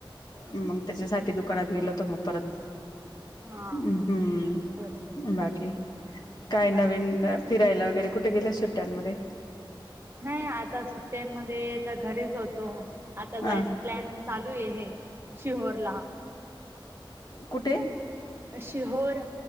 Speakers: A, on the left; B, on the right.
A: मग त्याच्यासाठी दुकानात गेलो होतो मग परत.
B: हा
A: हम्म,
B: चांगली गोष्ट आहे
A: बाकी काय नवीन
B: बाकी ठीक
A: फिरायला वगैरे कुठे गेलेस सुट्ट्यांमध्ये?
B: नाही आता सुट्ट्यांमध्ये तर घरीच होतो. आता जायचा
A: हा
B: प्लॅन चालूये. शिहोरला.
A: कुठे?
B: शिहोर.